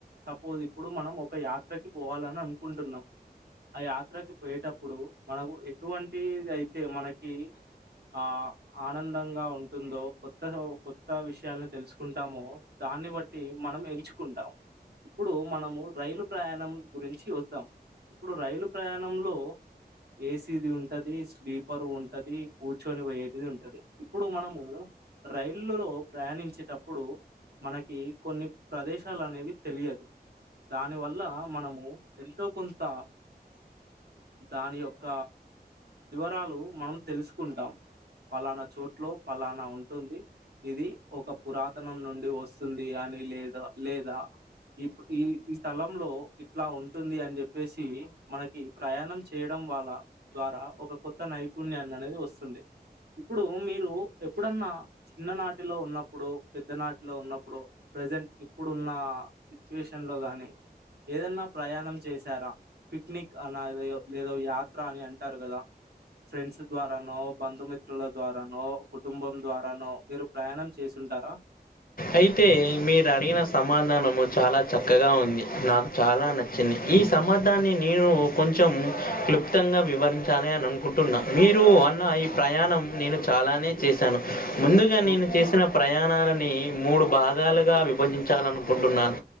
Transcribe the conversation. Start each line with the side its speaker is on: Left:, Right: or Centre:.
Right: సపోజ్ ఇప్పుడు మనం ఒక యాత్రకి పోవాలని అనుకుంటున్నాం ఆ యాత్రకి పోయేటప్పుడు మనకు ఎటువంటిదయితే మనకి ఆ ఆనందంగా ఉంటుందో కొత్తగా ఓ కొత్త విషయాలని తెలుసుకుంటామో దాన్ని బ ట్టే మనం ఎంచుకుంటాం ఉప్పుడు మనము రైలు ప్రయాణం గురించి చూద్దాం ఉప్పుడు రైలు ప్రయాణంలో ఏసీ ది ఉంటది స్లీ పరువుంటది కూర్చొని పోయేటిది ఉంటది ఉప్పుడు మనము రైలు లో ప్రయాణించేటప్పుడు మనకి కొన్ని ప్రదేశాలనేవి తెలియదు దాని వల్ల మనము ఎంతో కొంత దాని యొక్క టాలు మనం తెలుసుకుంటాం పలానా చోట్లో పలానా ఉంటుంది ఇది ఒక పురాతనం నుండి వస్తుంది అని లేదా లేదా ఈ ఈ ఈ స్థలంలో ఇట్లా ఉంటుంది అని చెప్పేసి మనకి ప్రయాణం చేయడం వల్ల ద్వారా ఒక కొత్త నైపుణ్యాన్ని అనేది వస్తుంది ఉప్పుడు మీరు ఎప్పుడన్నా చిన్ననాటిలో ఉన్నప్పుడు పెద్దనాటిలో ఉన్నప్పుడు ప్రజెంట్ ఇప్పుడున్న సిచ్యువేషన్ లో గానీ ఏదన్నా ప్రయాణం చేశారా పిక్నిక్ అనాదయో ఏదో యాత్ర అని అంటారు కదా ఫ్రెండ్స్ ద్వారానో బంధుమిత్రుల ద్వారానో కుటుంబం ద్వారానో మీరు ప్రయాణం చేసుంటారా
Left: అయితే మీరడిగిన సమాధానము చాలా చక్కగా ఉంది నా చాలా నచ్చింది ఈ సమ్మతాన్ని
Right: హ్మ్.
Left: నేను కొంచెం క్లుప్తంగా వివరించాలి అని అనుకుంటున్నా మీరు అన్న ఈ ప్రయాణం నేను చాలానే చేశాను ముందుగా నేను
Right: ఓకే
Left: చేసిన ప్రయాణాలని మూడు భాగాలుగా విభజించాలనుకుంటున్నాను